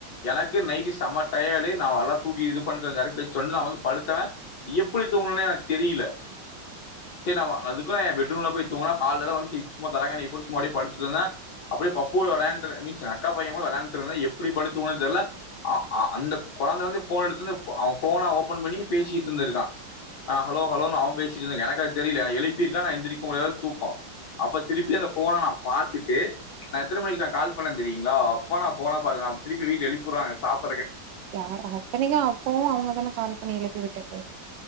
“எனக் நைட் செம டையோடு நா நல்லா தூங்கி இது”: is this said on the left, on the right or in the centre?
Left